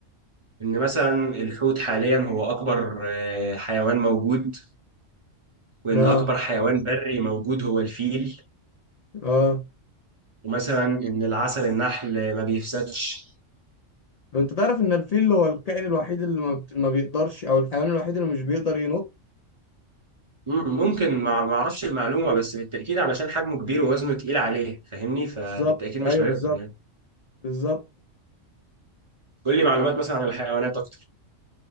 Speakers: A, on the right (about 30°); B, on the left (about 65°).
A: إن مثلا الحوت حاليا هو أكبر آه، حيوان موجود وإن
B: ما
A: أكبر حيوان بري موجود هو الفيل
B: اه
A: ومثلا إن العسل النحل ما بيفسدش
B: طب انت تعرف ان الفيل هو الكائن الوحيد اللي ما, بت... ما بيقدرش او الحيوان الوحيد اللي مش بيقدر ينط
A: مم، ممكن ما ما أعرفش المعلومة بس بالتأكيد علشان حجمه كبير ووزنه تقيل عليه فاهمني فبالتأكيد
B: بالظبط
A: مش
B: ايوه
A: هيقدر
B: بالظبط
A: يعني
B: بالظبط
A: قول لي معلومات مثلا عن الحيوانات أكتر